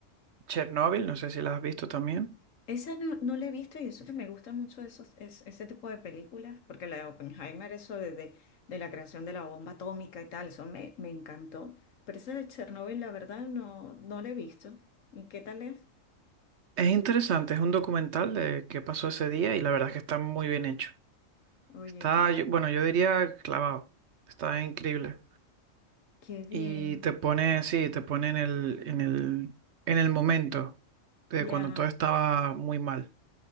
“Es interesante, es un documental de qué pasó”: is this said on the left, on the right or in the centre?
Right